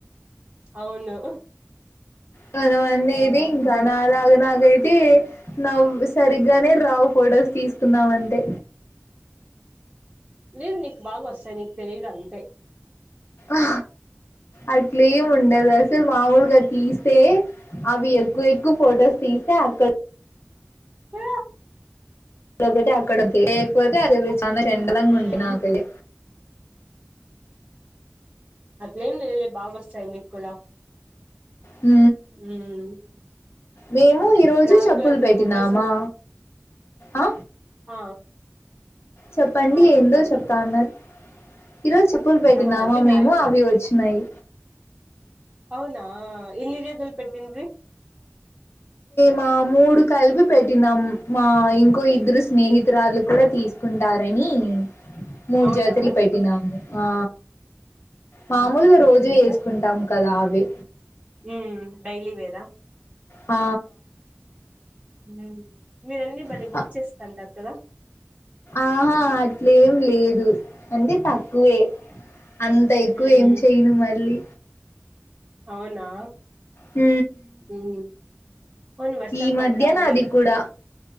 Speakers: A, on the right; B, on the left.
A: అవును
B: మనవన్న
A: ఆ
B: ఇది ఇంకా
A: అమ్మా
B: నాలాగ నాకు అయితే నవ్వు అస్తు సరిగ్గానే రావు ఫొటోస్ తీసుకుందాం అంటే
A: లేదు నీకు బాగా వోస్తాయి నీకు తెలీదు అంతే
B: ఆ అట్లే ఏం ఉండదు ఆసలు మాముూలుగా తీస్తే అవి ఏ ఎక్కువ ఎక్కువ ఫొటోస్ తీస్తే అక్కడ
A: ఆ
B: <unintelligible> ఒకటి అక్కడ లేకపోతే అది చెండలంగా
A: ఉమ్
B: ఉంటంది నాకది
A: అట్లెం లేధులే బాగోస్తాయి నీకు కూడా
B: హ్
A: ఉమ్
B: మేము ఈ రోజు
A: నావి
B: చెప్పులు
A: కూడా అంతే
B: పెట్టినామా
A: ఫొటోస్
B: ఆ
A: ఆ
B: చెప్పండి
A: ఆ చెప్పండి
B: ఎంధో చెప్తా ఆన్నర్ ఈ రోజు చెప్పులు పెట్టినామా
A: ఆహా అంటే
B: మేము
A: నావి కూడా
B: అవి ఓచ్చినాయి
A: అవునా ఎన్ని జతలు పెట్టింది.
B: మా మూడు కలిపి పెట్టినాం మా ఇంకో ఇద్దరు స్నేహితురాళ్ళు కూడా తీసుకుంటార్ వని మూడు
A: అవునా
B: జాతలు పెట్టినాము ఆ మామూలుగా
A: మూడు జతలు
B: రోజూ
A: పెట్టినారా
B: వేసుకుంటాము కదా అవి
A: ఉమ్ డైలీ వేరా
B: ఆ
A: హ్ మీరు అన్నీ భలే
B: ఆ
A: బుక్ చేస్తంటారు కదా
B: ఆహా అట్లేం లేదు అంటే తక్కువే అంత ఎక్కువ
A: ఉమ్
B: ఏం చెయను మళ్ళీ
A: అవునా
B: హ్
A: ఉమ్ అవును వర్షం
B: ఈ మధ్యన
A: పడతాంది
B: అది కూడా